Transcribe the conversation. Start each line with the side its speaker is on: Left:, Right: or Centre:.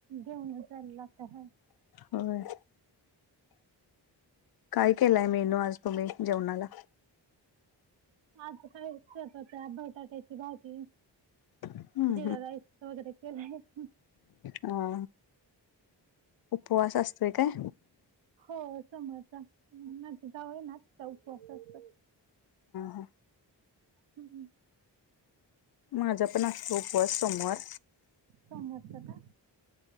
Right: घेऊन जायला लागते, हा.
Left: व्हय. काय केलाय मेन्यू आज तुम्ही जेवणाला?
Right: आज काय <unintelligible> बटाट्याची भाजी,
Left: हम्म
Right: जिरा राईस. अस वैगेरे केलय.
Left: हा उपवास असतोय काय?
Right: हो, सोमवारचा माझी जाऊ आहे ना तिचा उपवास असतो.
Left: हा
Right: हम्म हम्म.
Left: माझ्या पण असतो उपवास सोमवार
Right: समोरचा का